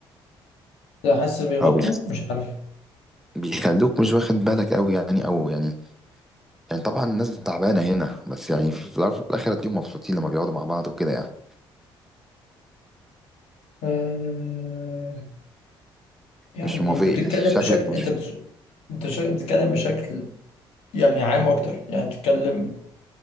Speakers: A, on the left; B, in the centre.
A: لا حاسس بيغطوا
B: او بيخ-
A: مش عارف
B: بيخلوك مش واخد بالك قوي يعني او يعني يعني طبعا الناس تعبانه هنا بس يعني في الاول وفي الاخر هتلاقيهم مبسوطين لما بيقعدوا مع بعض وكده يعني
A: أه يعني
B: مش موافقني
A: انت بتتكلم
B: شكلك
A: بشكل انت
B: مش
A: بت... انت شك... بتتكلم بشكل يعني عام اكتر يعني بتتكلم